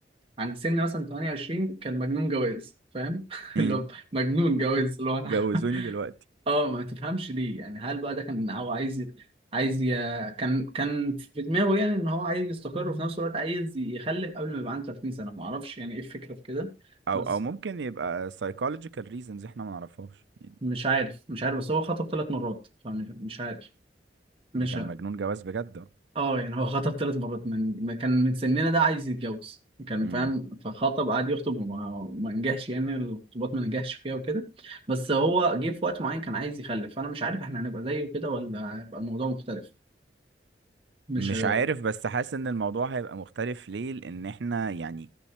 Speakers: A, on the right; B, on the right.
A: عند سن مثلا 28 كان مجنون جواز فاهم <laughs>
B: امم
A: اللي هو مجنون جواز اللي هو انا
B: جوزوني دلوقتي
A: اه ما تفهمش ليه يعني هل بقى ده كان هو عايز ي- عايز ي... كان كان في دماغه يعني ان هو عايز يستقر وفي نفس الوقت عايز يخلف قبل ما يبقى عنده 30 سنة ما اعرفش يعني ايه الفكرة في كده
B: او
A: بس
B: او ممكن يبقى psychological reasons احنا ما نعرفهاش يعني
A: مش عارف مش عارف بس هو خطب ثلاث مرات فمش مش عارف مش
B: ده كان
A: عارف.
B: مجنون جواز بجد
A: اه يعني هو خطب ثلاث مرات من ما كان من سننا ده عايز يتجوز كان
B: امم
A: فاهم فخطب قعد يخطب وما ما نجحش يعني الخطوبات ما نجحش فيها وكده بس هو جه في وقت معين كان عايز يخلف فانا مش عارف احنا هنبقى زيه كده ولا هيبقى الموضوع مختلف مش
B: مش عارف بس حاسس ان الموضوع هيبقى مختلف ليه لان احنا يعني